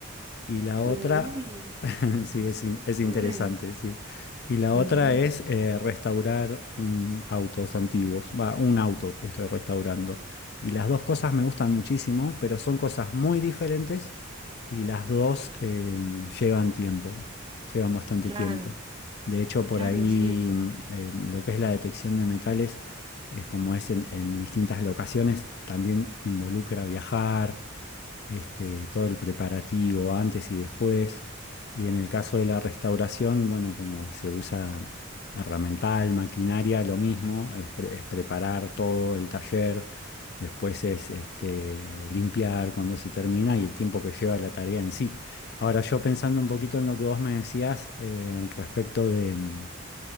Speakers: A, on the left; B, on the right.
A: y la otra,
B: Uy,
A: <laughs> sí,
B: eso es
A: es,
B: súper
A: in- es
B: chévere.
A: interesante, sí. Y la
B: Sí,
A: otra es eh, restaurar mm, autos antiguos. Va, un auto estoy restaurando. Y las dos cosas me gustan muchísimo, pero son cosas muy diferentes y las dos eh, llevan tiempo, llevan bastante
B: claro,
A: tiempo. De hecho, por
B: claro,
A: ahí
B: sí entiendo.
A: mm, eh, lo que es la detección de metales, eh, como es en en distintas locaciones, también involucra viajar este, todo el preparativo antes y después. Y en el caso de la restauración, bueno, como se usa herramental, maquinaria, lo mismo, es, pre- es preparar todo el taller, después es este, limpiar cuando se termina y el tiempo que lleva la tarea en sí. Ahora yo pensando un poquito en lo que vos me decías eh, respecto de mm,